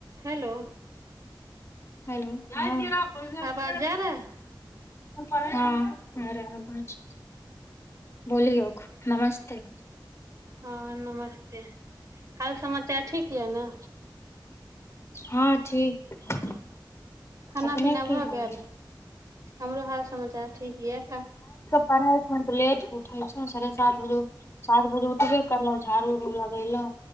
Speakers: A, on the right (about 45°); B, on the left (about 35°).
A: Hello!
B: Hello हँ।
A: आवाज जा रहा है
B: हँ, आ रहा आवाज बोलियोक, नमस्ते!
A: हँ नमस्ते! हाल समाचार ठीक यऽ न?
B: हँ, ठीक।
A: खाना-
B: अपने
A: पीना
B: की
A: भऽ
B: हाल
A: गेल,
B: छै
A: हमरो हाल समाचार ठीक या
B: पढ़ाय कर के लेट के उठै छैय, साढ़े सात बजे चार बजे उठबे करलौ झाड़ू -उड़ू लगेैलौ